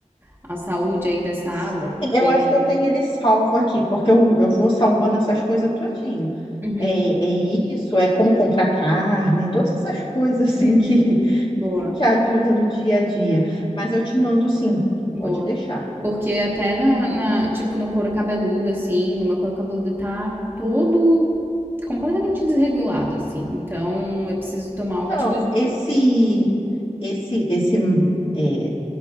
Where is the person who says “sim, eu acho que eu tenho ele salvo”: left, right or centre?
Left